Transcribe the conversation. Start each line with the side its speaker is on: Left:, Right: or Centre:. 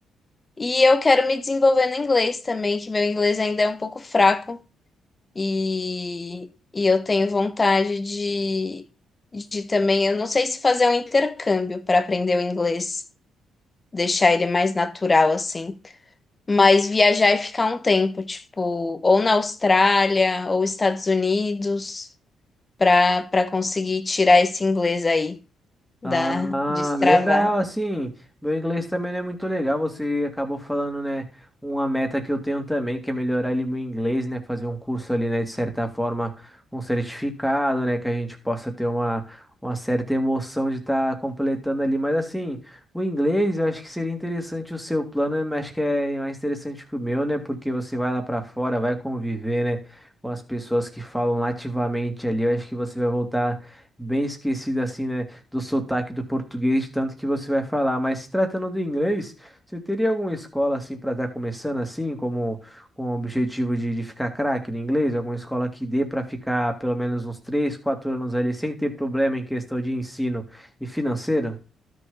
Left: E eu quero me desenvolver no inglês também, que meu inglês ainda é um pouco fraco. E, e eu tenho vontade de, de também, eu não sei se fazer um intercâmbio para aprender o inglês, deixar ele mais natural assim, mas viajar e ficar um tempo, tipo, ou na Austrália ou Estados Unidos, para para conseguir tirar esse inglês aí da
Centre: Ah,
Left: destravar.
Centre: legal, assim, meu inglês também não é muito legal, você acabou falando, né, uma meta que eu tenho também, que é melhorar ali meu inglês, né, fazer um curso ali, né, de certa forma, um certificado, né, que a gente possa ter uma, uma certa emoção de estar completando ali, mas assim, o inglês, eu acho que seria interessante o seu plano, mas acho que é mais interessante que o meu, né, porque você vai lá pra fora, vai conviver, né, com as pessoas que falam nativamente ali, eu acho que você vai voltar bem esquecido assim, né, do sotaque do português, tanto que você vai falar. Mas se tratando do inglês, você teria alguma escola assim para estar começando assim, como com o objetivo de, de ficar craque no inglês? Alguma escola que dê para ficar pelo menos uns 3, 4 anos ali sem ter problema em questão de ensino e financeiro?